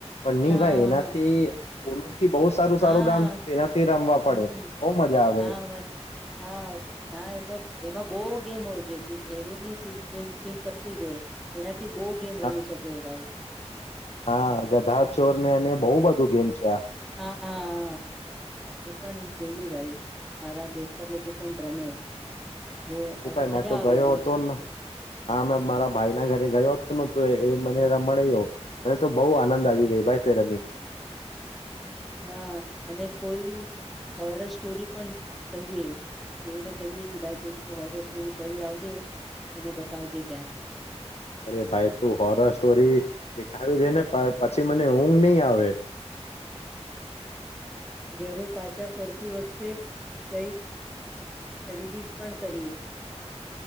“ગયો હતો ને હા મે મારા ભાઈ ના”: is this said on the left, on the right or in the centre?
Left